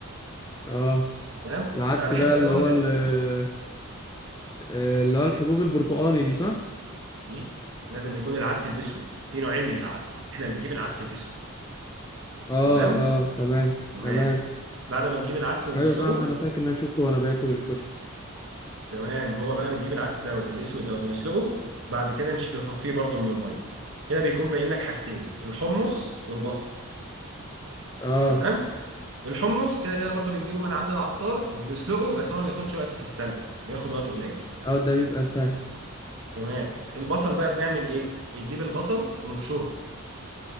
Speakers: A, on the left; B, on the right.
A: آه
B: تمام؟
A: العدس
B: أنا بحب
A: ده
B: أزود
A: اللي هو
B: ال-
A: ال- آه، اللي هو الحبوب البرتقاني دي صح؟
B: إيه؟ لازم يكون العدس الأسود في نوعين من العدس إحنا بنجيب العدس الأسود
A: اه
B: تمام؟
A: اه تمام
B: تمام
A: تمام
B: بعد ما نجيب العدس ونسلقه
A: ايوه صح انا فاكر ان انا شفته وانا باكل الكشري
B: تمام هو بقى بنجيب العدس دوت الاسود دوت ونسلقه بعد كده نش- نصفيه برضو من الميه كده بيكون باين لك حاجتين الحمص والبصل
A: اه
B: تمام الحمص كده كده برضو بنجيبه من عند العطار وبنسلقه بس هو ما بياخدش وقت في السلق بياخد وقت قليل
A: اه ده بيبقى سهل
B: تمام البصل بقى بنعمل ايه بنجيب البصل ونبشره